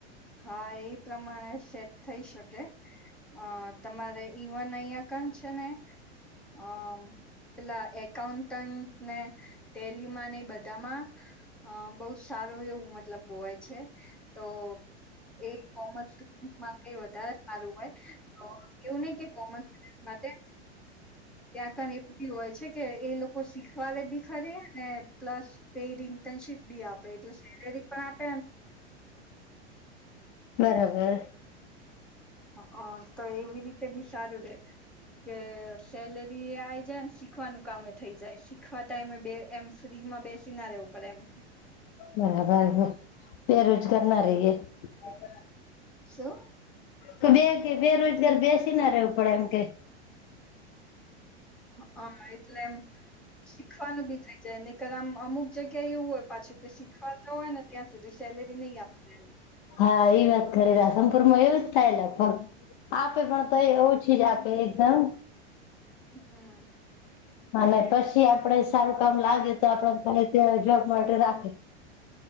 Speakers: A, in the centre; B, on the left.
A: હા એ પ્રમાણે સેટ થઈ શકે અ તમારે ઈવન અહીં યા કન છે ને હ પેલા એકકાઉન્ટ. ટન ને ટેલીમાં ને બધામાં અ બહુ સારું એવું મતલબ બોવાય. છે. તો એ કોમર્સ સડ માટે વધારે સારું હોય તો એવું નહ કે કોમર્સ સાથે ત્યાં ક એવું બી હોય છે કે એ લોકો શીખવા બી ખરી અને પ્લસ. પેડિંગ. શીપ બી આપે એટલે સેલેરી પણ આપ
B: બરાબર
A: હ તો એવી રીતે બી સારું રે કે સેલેરી આ જાય ને શીખવાનું કામે થઈ જાય શીખવાતા એમે એમ ફ્રી માં બેસી ના રવું પડે એમ
B: બરાબર પેરુંજ કરનાર રહીયએ
A: શું
B: તો બે બેરોજગાર બેસી ના રહેવું પડે એમ કે.
A: હા એટલે એમ શીખવાનું બી થઇ જાય. કલમ અમુક જગ્યા એવું હોય પાછું કે શીખવાતા હોયને ત્યાં સુધી સેલે નહી આપુ જોઈએ
B: હા એ વાત કરેલા સંપુર માં એવું જ થાય લ આપે પણ તો એ ઓછી જ આપે એકદમ
A: હ હમ
B: અને પછી આપડ સારું કામ લાગે તો આપડ પા ત્યા જોબ માટે રાખે